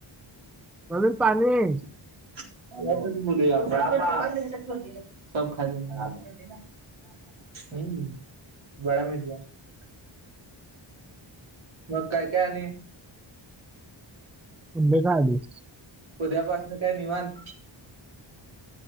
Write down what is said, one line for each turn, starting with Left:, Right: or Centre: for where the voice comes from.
Centre: म्हणून
Right: च
Centre: पाणी
Right: बोलूया आप, <unintelligible> <unintelligible> मंग काय काय आणि,
Centre: <unintelligible>
Right: उद्यापासून काय निवांत,